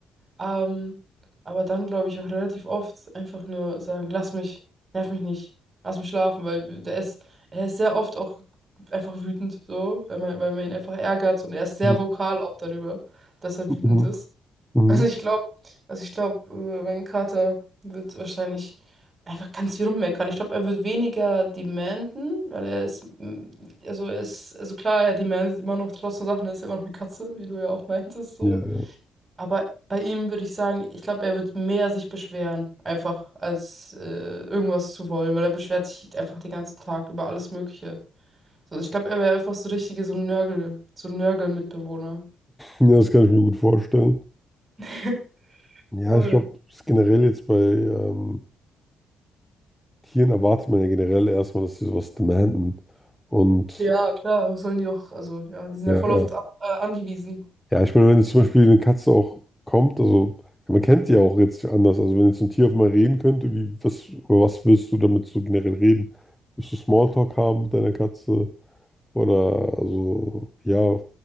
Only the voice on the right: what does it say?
ähm, aber dann glaube ich auch relativ oft einfach nur sagen, lass mich, nerv mich nicht, lass mich schlafen, weil der ist, er ist sehr oft auch einfach wütend, so, wenn man, weil man ihn einfach ärgert und er ist sehr
vokal auch darüber, dass er
wütend ist. <laughs>
Also ich glaube, also ich glaube, äh, mein Kater wird wahrscheinlich einfach ganz viel rummeckern. Ich glaube, er wird weniger demanden, weil er ist, mm, also er ist, also klar, er demandet immer noch trotzdem Sachen, er ist immer noch eine Katze, wie du ja auch meintest, so.
Aber bei ihm würde ich sagen, ich glaube, er wird mehr sich beschweren, einfach, als äh, irgendwas zu wollen, weil er beschwert sich einfach den ganzen Tag über alles Mögliche. So, ich glaube, er wäre einfach so richtige, so ein Nörgel, so ein Nörgel-Mitbewohner.
<laughs>
Voll.
Ja, klar, was sollen die auch, also ja, die sind
ja voll
auf uns ab, äh, angewiesen.